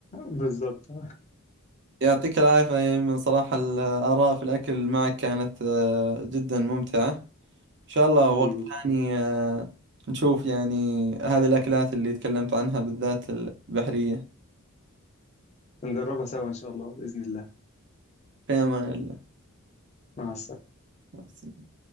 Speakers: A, on the left; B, on the right.
A: بالظبط <laughs>
B: يعطيك العافيه يا ايمن صراحه الاراء في الاكل معك كانت آه، جدا ممتعه ان شاء الله
A: حبيبي
B: وقت ثاني آه، نشوف يعني هذه الاكلات اللي تكلمت عنها بالذات البحريه
A: نجربها سوا إن شاء الله بإذن الله
B: في أمان
A: مع السلامة
B: الله